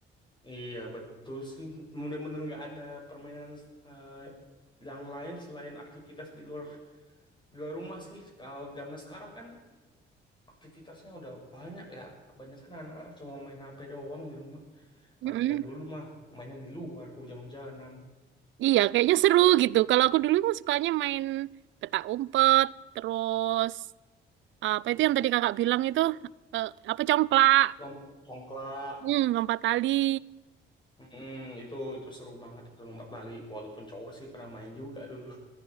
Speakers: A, on the left; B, on the right.
A: Iya, betul sih. Mudah-mudahan nggak ada permainan eh, yang lain selain aktivitas di luar di luar rumah sih. Kalau zaman sekarang kan aktivitasnya udah banyak ya. Kebanyakan anak-anak cuma main HP doang di rumah. Kalau
B: Mm-mm.
A: kita dulu mah mainnya di luar, ke hujan-hujanan,
B: Iya, kayaknya seru gitu. Kalau aku dulu mah sukanya main petak umpet, terus apa itu yang tadi Kakak bilang itu eh, apa congklak,
A: lompat congklak.
B: hmm, lompat tali.
A: Mm, itu itu seru banget itu lompat tali. Walaupun cowok sih pernah main juga dulu.